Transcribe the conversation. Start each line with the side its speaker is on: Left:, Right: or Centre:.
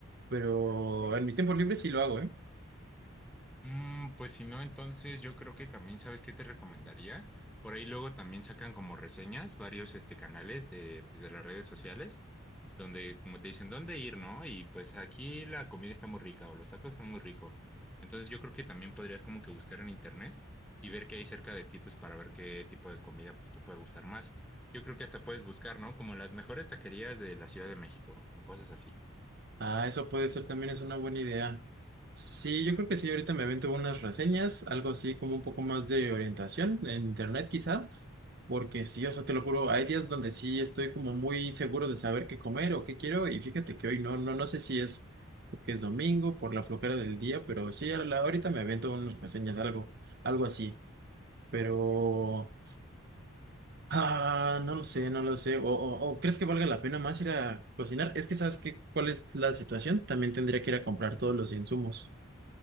Right: Pero en mis tiempos libres sí lo hago, ¿eh?
Centre: Mm, pues si no, entonces yo creo que también, ¿sabes qué te recomendaría? Por ahí luego también sacan como reseñas varios este, canales de, pues, de las redes sociales, donde como te dicen dónde ir, ¿no? Y pues aquí la comida está muy rica o los tacos están muy ricos. Entonces yo creo que también podrías como que buscar en internet y ver qué hay cerca de ti, pues para ver qué tipo de comida pues te puede gustar más. Yo creo que hasta puedes buscar, ¿no? Como las mejores taquerías de la Ciudad de México o cosas así.
Right: Ah, eso puede ser también, es una buena idea. Sí, yo creo que sí, ahorita me avento unas reseñas, algo así como un poco más de orientación en internet quizá, porque sí, o sea, te lo juro, hay días donde sí estoy como muy seguro de saber qué comer o qué quiero y fíjate que hoy no, no, no sé si es porque es domingo, por la flojera del día, pero sí, a la- ahorita me avento unas reseñas, algo, algo así, pero... Ah, no lo sé, no lo sé. O, o, o ¿crees que valga la pena más ir a cocinar? Es que sabes que cuál es la situación. También tendría que ir a comprar todos los insumos.